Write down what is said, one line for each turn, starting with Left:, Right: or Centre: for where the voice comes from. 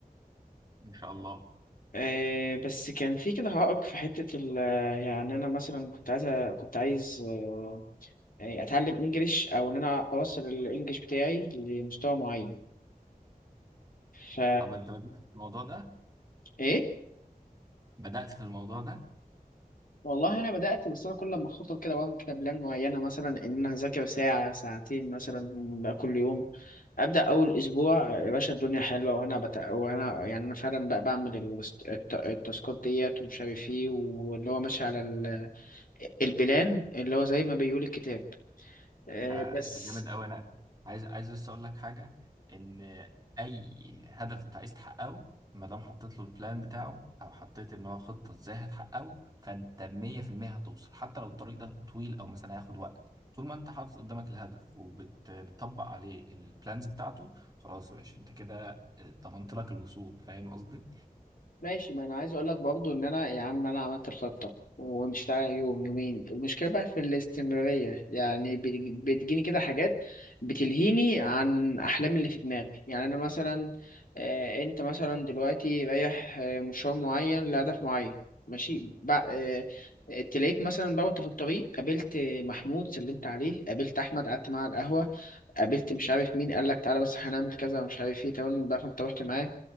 Right: ان شاء الله
Left: إيه بس كان في كده عائق في حتة ال... يعني انا مثلا كنت عايز أ- كنت عايز آه، يعني اتعلم انجليش او ان انا اوصل الانجليش بتاعي لمستوى معين ف
Right: طب انت بدأت في الموضوع ده
Left: ايه
Right: بدأت في الموضوع ده
Left: والله انا بدات بس انا كل لما اخطط كده بعمل كده بلان معينه مثلا ان انا هذاكر ساعه ساعتين مثلا كل يوم ابدا اول اسبوع يا باشا الدنيا حلوه وانا بت... وانا يعني انا فعلا بقى بعمل الست- الت- التاسكات ديت ومش عارف ايه واللي هو ماشي على ال... البلان اللي هو زي ما بيقول الكتاب آه،
Right: ده
Left: بس
Right: ده جامد قوي انا عايز عايز بس اقول لك حاجة ان اي هدف انت عايز تحققه ما دام حطيت له البلان بتاعه او حطيت ان هو خطة ازاي هتحققه فانت 100% هتوصل حتى لو الطريق ده طويل او مثلا هياخد وقت طول ما انت حاطط قدامك الهدف وبتطبق عليه البلانز بتاعته خلاص يا باشا انت كده ضمنت لك الوصول فاهم قصدي
Left: ماشي ما انا عايز اقول لك برضو ان انا يا عم انا عملت الخطه ومشيت عليها يوم يومين المشكله بقى في الاستمراريه يعني بتج- بتجيني كده حاجات بتلهيني عن احلامي اللي في دماغي يعني انا مثلا آه، انت مثلا دلوقتي رايح آه، مشوار معين لهدف معين ماشي بقى آه، آه، تلاقيك مثلا بقى وانت في الطريق قابلت آه، محمود سلمت عليه قابلت احمد قعدت معاه على القهوه قابلت مش عارف مين قال لك تعالى بس هنعمل كذا مش عارف ايه تمام بقى فانت رحت معاه